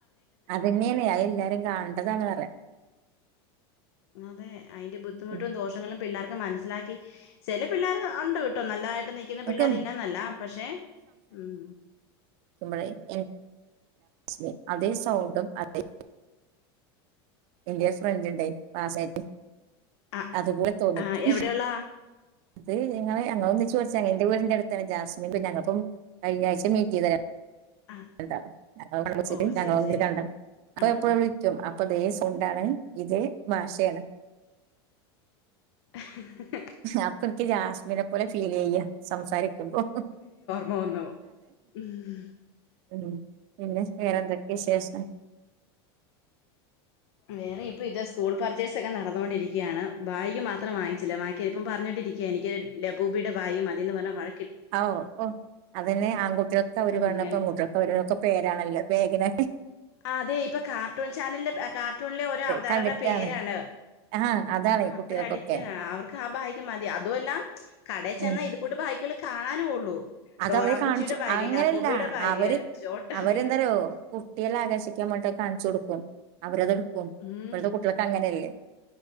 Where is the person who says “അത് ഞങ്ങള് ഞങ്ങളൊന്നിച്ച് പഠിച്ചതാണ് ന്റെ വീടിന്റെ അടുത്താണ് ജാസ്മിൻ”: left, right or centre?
Right